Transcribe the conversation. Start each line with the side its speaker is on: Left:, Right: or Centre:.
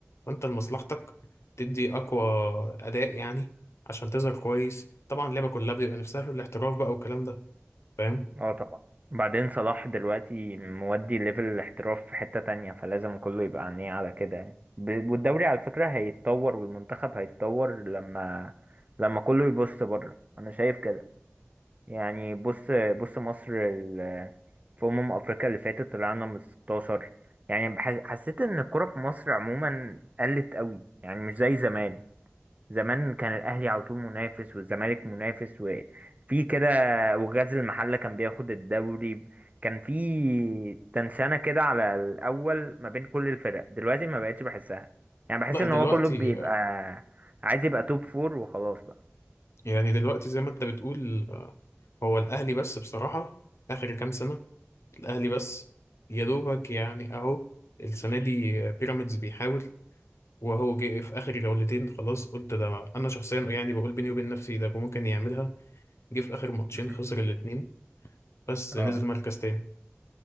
Left: فانت لمصلحتك تدي اقوى اداء يعني عشان تظهر كويس طبعا اللعبة كلها بيبقى نفسها في الاحتراف بقى والكلام ده فاهم
Right: اه طبعا بعدين صلاح دلوقتي مودي ليفل الاحتراف في حتة تانية فلازم كله يبقى عينيه على كده يعني ب- والدوري على فكرة هيتطور والمنتخب هيتطور لما لما كله يبص بره انا شايف كده يعني بص بص مصر ال- في أمم أفريقيا اللي فاتت طلعنا من 16 يعني بح- حسيت إن الكرة في مصر عموما قلت قوي يعني مش زي زمان زمان كان الاهلي على طول منافس والزمالك منافس وفي كده وغزل المحله كان بياخد الدوري كان في تنشنه كده على الاول ما بين كل الفرق دلوقتي ما بقتش بحسها يعني بحس
Left: لا
Right: ان
Left: دلوقتي
Right: هو كله بيبقى عايز يبقى توب فور وخلاص بقى
Left: يعني دلوقتي زي ما انت بتقول آه، هو الاهلي بس بصراحة اخر كام سنة الأهلي بس يا دوبك يعني أهو السنة دي بيراميدز بيحاول وهو جه في آخر جولتين خلاص قلت ده أنا شخصيا يعني بقول بيني وبين نفسي ده ممكن يعملها جه في آخر ماتشين
Right: مم.
Left: خسر الاتنين بس
Right: اه
Left: نزل مركز تاني